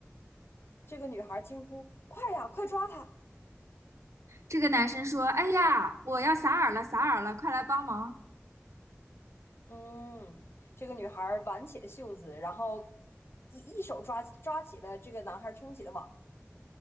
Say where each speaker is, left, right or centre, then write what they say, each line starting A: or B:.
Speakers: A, on the left; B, on the right.
A: 这个女孩儿惊呼：“快呀，快抓她！”
B: 这个男生说：“哎呀，我要撒饵了，撒饵了，快来帮忙！”
A: 嗯，这个女孩儿挽起了袖子，然后一一手抓抓起了这个男孩儿撑起的网，